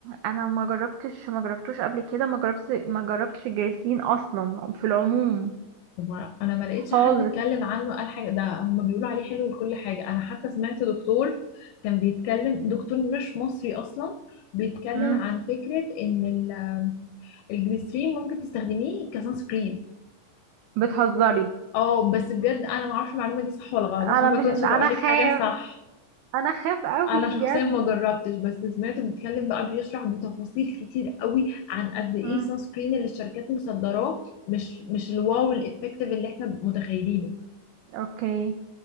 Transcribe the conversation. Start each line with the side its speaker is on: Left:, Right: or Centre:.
Right: انا ما جربتش ما جربتوش قبل كده ما جربتش ما جربتش الجريسلين اصلا في العموم
Left: هو أنا ما لقيتش
Right: خالص
Left: حد اتكلم عنه قال حاجة ده هما بيقولوا عليه حلو لكل حاجة أنا حتى سمعت دكتور كان بيتكلم دكتور مش مصري أصلا بيتكلم
Right: امم
Left: عن فكرة إن ال الجليسرين ممكن تستخدميه كسان سكرين
Right: بتهزري
Left: اه بس بجد انا ما اعرفش المعلومه دي صح ولا غلط
Right: انا
Left: عشان
Right: مش
Left: ما اكونش
Right: انا
Left: بقول لك
Right: خاف
Left: حاجه صح
Right: انا خاف قوي
Left: انا
Right: بجد
Left: شخصيا ما جربتش بس سمعته بيتكلم بقى بيشرح بتفاصيل كتير قوي عن قد ايه
Right: امم
Left: سان سكرين اللي الشركات مصدراه مش مش الواو الافكتيف اللي احنا متخيلينه
Right: اوكي